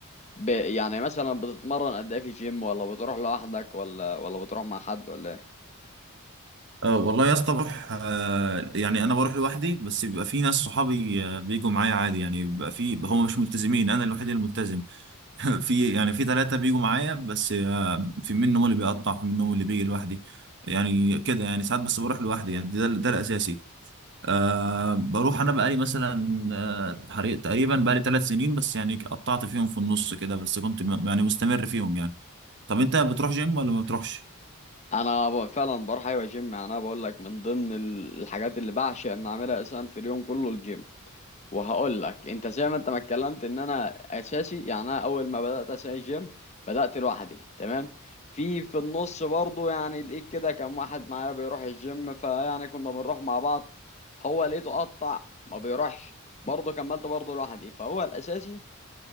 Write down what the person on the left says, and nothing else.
ب يعني مثلا بتتمرن قد إيه في الجيم ولا بتروح لوحدك ولا ولا بتروح مع حد ولا إيه؟
أنا ب- فعلا بروح أيوة جيم يعني أنا بقول لك من ضمن ال- الحاجات اللي بعشق إن أعملها أساسا في اليوم كله الجيم وهقول لك انت زي ما انت ما اتكلمت ان انا اساسي يعني انا اول ما بدات اساسي جيم بدات لوحدي تمام في في النص برضو يعني لقيت كده كان واحد معايا بيروح الجيم فيعني كنا بنروح مع بعض هو لقيته قطع ما بيروحش برضه كملت برضه لوحدي فهو الاساسي